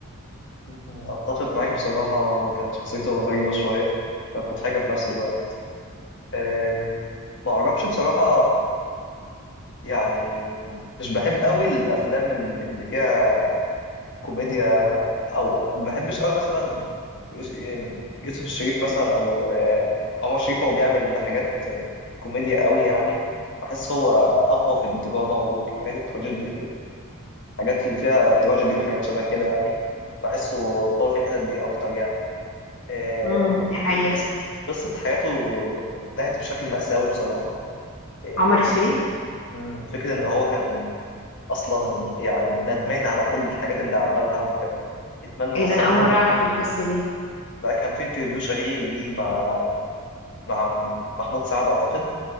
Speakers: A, on the left; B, on the left.
A: أنا أتفق معاك بصراحة هو كانت شخصيته غريبة شوية كانت مضحكة في نفس الوقت أم، ما أعرفش بصراحة يعني مش بحب أوي الأفلام ال- اللي فيها كوميديا أو ما بحبش أوي مثلا يوس- يوسف الشريف مثلا أو آه، عمر شريف هو بيعمل حاجات كوميديا أوي يعني بحس هو أقوى في الدراما والحاجات التراجيدي الحاجات اللي فيها تراجيدي وحاجات شبه كده يعني بحسه قوي في الحتت دي أكتر يعني آه،
B: امم دي حقيقة
A: قص قصة حياته انتهت بشكل مأساوي بصراحة آه،
B: عمر
A: فكرة
B: الشريف
A: مم، فكرة إن هو كان أصلا يعني ندمان على كل الحاجات اللي عملها وكان يتمنى
B: ايه
A: أصلا
B: ده أنا أول
A: إن هو
B: مرة أعرف القصة دي
A: لا كان في انترفيو شهير ليه مع مع محمود سعد أعتقد